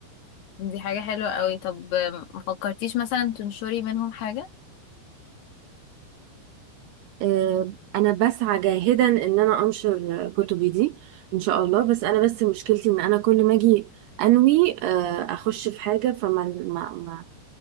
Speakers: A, on the left; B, on the right.
A: دي حاجه حلوه قوي طب ما فكرتيش مثلا تنشري منهم حاجه
B: آه، انا بسعى جاهدا ان انا انشر آه، كتبي دي ان شاء الله بس انا بس مشكلتي ان انا كل ما اجي انوي آه، اخش في حاجه فما ما ما